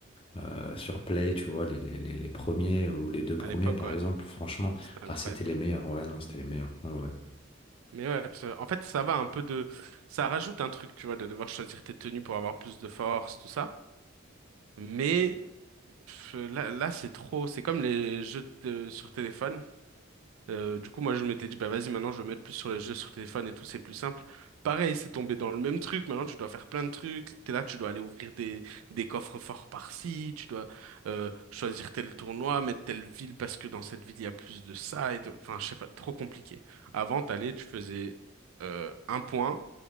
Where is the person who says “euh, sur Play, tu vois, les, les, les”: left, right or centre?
Left